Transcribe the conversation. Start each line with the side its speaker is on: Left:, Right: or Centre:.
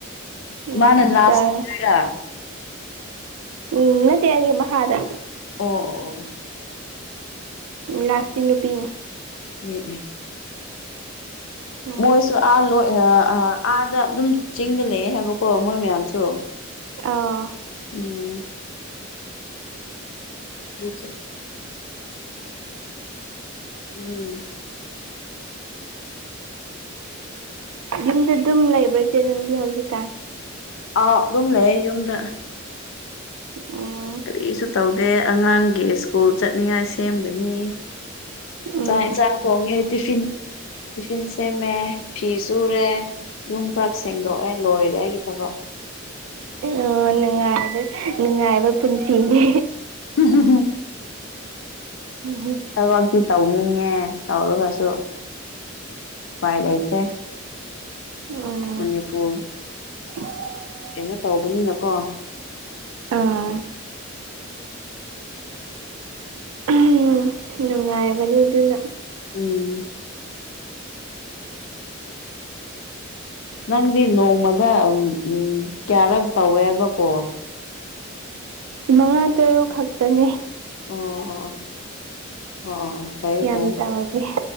Right: ꯎꯝ
Left: ꯃꯥꯅ ꯂꯥꯁ꯭
Right: ꯇꯔꯥ
Left: <unintelligible> ꯔ
Right: ꯎꯝ ꯅꯠꯇꯦ ꯑꯩꯒꯤ ꯃꯁꯥꯗ
Left: ꯑꯣ ꯑꯣ ꯑꯣ <unintelligible>
Right: ꯂꯥꯁꯇꯤ ꯅꯨꯄꯤꯅꯤ
Left: ꯑꯦ ꯑꯦ
Right: ꯎꯝ
Left: ꯃꯣꯏꯁꯨ ꯑꯥ ꯂꯣ <unintelligible> ꯑ ꯑꯥꯗ ꯑꯗꯨꯝ ꯆꯤꯡꯗ ꯂꯩꯌꯦ ꯍꯥꯏꯕꯀꯣ ꯃꯣꯏ ꯃꯌꯥꯝꯁꯨ
Right: ꯑꯧ
Left: ꯎꯝ <inaudible> ꯎꯝ
Right: ꯌꯨꯝꯗ ꯑꯗꯨꯝ ꯂꯩꯕ꯭ꯔ ꯆꯦꯅꯪꯗꯤ ꯍꯧꯖꯤꯛꯀꯥꯟ
Left: ꯑꯥꯎ ꯑꯗꯨꯝ ꯂꯩꯌꯦ ꯌꯨꯝꯗ
Right: <unintelligible>
Left: ꯀꯔꯤꯁꯨ ꯇꯧꯗꯦ ꯑꯉꯥꯡꯒꯤ ꯁ꯭ꯀꯨꯜ ꯆꯠꯅꯤꯡꯉꯥꯏ ꯁꯦꯝꯒꯅꯤ
Right: ꯎꯝ
Left: ꯆꯥꯛ ꯏꯟꯁꯡ ꯊꯣꯡꯒꯦ ꯇꯤꯐꯤꯟ ꯇꯤꯐꯤꯟ ꯁꯦꯝꯃꯦ ꯐꯤ ꯁꯨꯔꯦ ꯌꯨꯝ ꯈꯔꯛ ꯁꯦꯡꯗꯣꯛꯑꯦ ꯂꯣꯏꯔꯦ ꯑꯩꯒꯤ ꯊꯕꯛ
Right: ꯑꯣ ꯅꯨꯡꯉꯥꯏꯕ ꯅꯨꯡꯉꯥꯏꯕ ꯄꯨꯟꯁꯤꯅꯦ
Left: ꯍꯝ ꯍ ꯍ
Right: ꯎꯝ
Left: ꯊꯕꯛꯇꯤ ꯇꯧꯅꯤꯡꯉꯦ ꯇꯧꯔꯒꯁꯨ ꯎꯄꯥꯏ ꯂꯩꯇꯦ
Right: ꯎꯝ
Left: ꯃꯅꯤꯄꯨꯔ
Right: <unintelligible>
Left: ꯀꯩꯅꯣ ꯇꯧꯕꯅꯤꯅꯀꯣ
Right: ꯑꯥ ꯎꯝ ꯅꯨꯡꯉꯥꯏꯕꯅꯤ ꯑꯗꯨꯅ
Left: ꯎꯝ ꯅꯪꯗꯤ ꯅꯣꯡꯃꯗ ꯎꯝ ꯀꯌꯥꯔꯛ ꯇꯧꯋꯦ ꯍꯥꯏꯕꯀꯣ
Right: ꯃꯉꯥ ꯇꯔꯨꯛ ꯈꯛꯇꯅꯦ
Left: ꯑꯣ ꯑꯣ ꯑꯣ ꯑꯣ ꯑꯣ ꯐꯔꯦ
Right: ꯌꯥꯝ
Left: ꯀꯦ
Right: ꯇꯧꯗꯦ